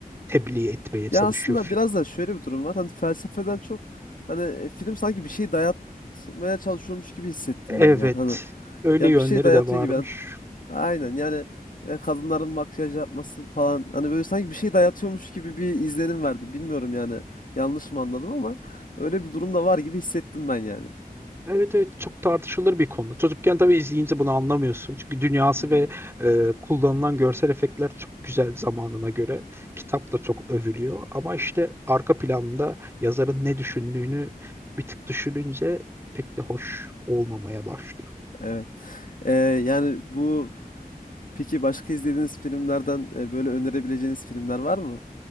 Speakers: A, on the right; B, on the left.
A: tebliğ etmeye çalışıyor
B: Ya aslında
A: film.
B: biraz da şöyle bir durum var. Hani felsefeden çok hani e, film sanki bir şey dayatmaya çalışıyormuş gibi hissettim
A: Evet,
B: ben yani. Hani
A: öyle
B: ya
A: yönleri
B: bir şey dayatıyor
A: de varmış.
B: gibi. Yani aynen yani ya kadınların makyaj yapması falan hani böyle sanki bir şey dayatıyormuş gibi bir izlenim verdi. Bilmiyorum yani yanlış mı anladım ama öyle bir durum da var gibi hissettim ben yani.
A: Evet evet çok tartışılır bir konu. Çocukken tabii izleyince bunu anlamıyorsun. Çünkü dünyası
B: Hı hı.
A: ve e, kullanılan görsel efektler çok güzel zamanına göre. Kitap da çok övülüyor. Ama işte arka planda yazarın ne düşündüğünü bir tık düşününce pek de hoş olmamaya başlıyor.
B: Evet. Ee, yani bu peki başka izlediğiniz filmlerden e, böyle önerebileceğiniz filmler var mı?